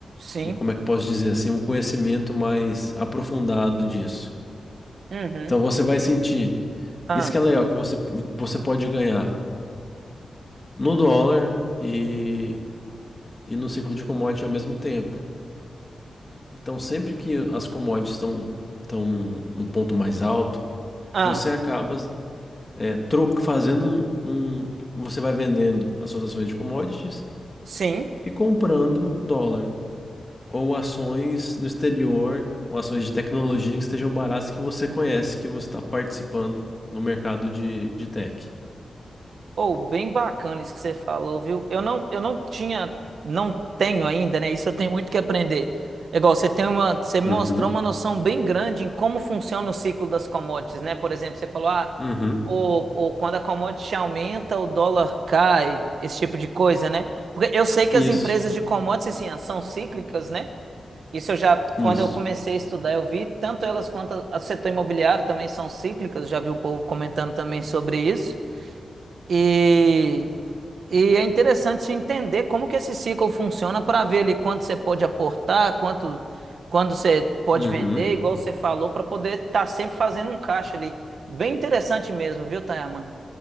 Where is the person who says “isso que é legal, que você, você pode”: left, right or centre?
Left